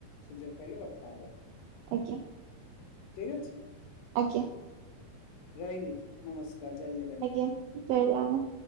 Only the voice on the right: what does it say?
ଆଜ୍ଞା।
ଆଜ୍ଞା।
ଆଜ୍ଞା ଜୟ ଜଗନ୍ନାଥ।